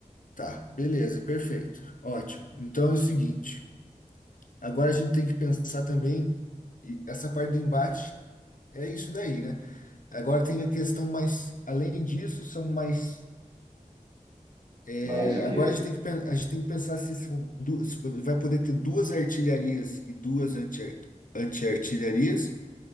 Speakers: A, on the left (about 70°); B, on the right (about 30°).
A: Tá, beleza, perfeito. Ótimo. Então é o seguinte, agora a gente tem que pensar também, e essa parte do embate é isso daí, né? Agora tem a questão mais, além disso, são mais.
B: Mais
A: é,
B: o quê?
A: agora a gente tem que, pen- a gente tem que pensar se são duas, se vai poder ter duas artilharias e duas anti- anti-artilharias,